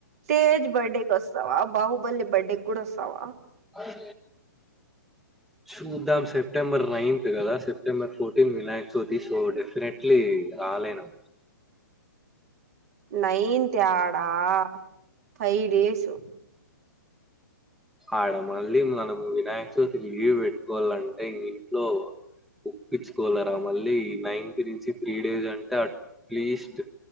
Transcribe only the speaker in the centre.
అది చూద్దాం సెప్టెంబర్ నైన్త్ కదా September fourteenth Vinayaka Chavithi so definitely రాలేనా
ఆడ మళ్ళీ మనం వినాయక చవితికి లీవ్ పెట్టుకోవాలంటే ఇంట్లో ఒప్పించుకోలరా మళ్ళీ నైన్త్ నుంచి త్రీ డేస్ అంటే అట్లీస్ట్